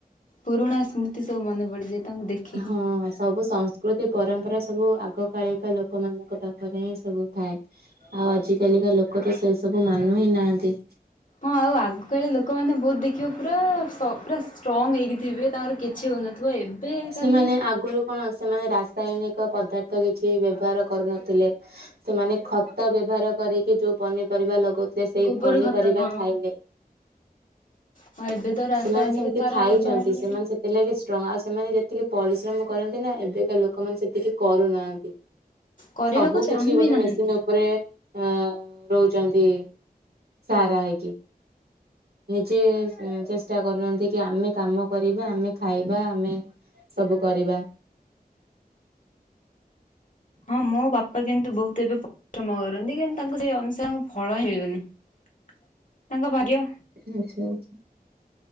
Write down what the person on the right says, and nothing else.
ହଁ ସବୁ ସଂସ୍କୃତି ପରମ୍ପରା ସବୁ ଆଗକାାଳିକା ଲୋକମାନଙ୍କ ପାଖରେ ହିଁ ସବୁ ଥାଏ ଆଉ ଆଜିକାଲିକା ଲୋକ ତ ସେ ସବୁ ମାନୁ ହିଁ ନାହା ନ୍ତି।
ସେମାନେ
ଆଗରୁ କଣ ସେମାନେ ରାସାୟନିକ ପଦାର୍ଥ କିଛି ବ୍ୟବହାର କରୁନଥିଲେ ସେମାନେ ଖତ ବ୍ୟବହାର କରିକି ଯୋଉ ପନିପରିବା ଲଗା କହୁଥିଲେ ସେଇ
ପନିପରିବା
ଖାଇଲେ,
ସେମାନେ ସେମିତି
ଖାଇଛନ୍ତି
ସେମାନେ ସେ ହେଇକି ଷ୍ଟ୍ରଙ୍ଗ ଆଉ ସେମାନେ ଯେତିକି ପରିଶ୍ରମ କରନ୍ତି ନା ଏବେକା ଲୋକମାନେ ସେତିକି କରୁନାହାନ୍ତି।
ସବୁ
କିଛି
ଗୋଟେ
ମେସିନ୍ ଉପରେ ଅଁ ରହୁଛନ୍ତି ସାରା ହେଇକି ନିଜେ ଚେଷ୍ଟା କରୁନାହାନ୍ତି କି ଆମେ କାମ କରିବା ଆମେ ଖାଇବା ଆମେ ସବୁ କରିବା।
ଆଚ୍ଛା ଆଛା।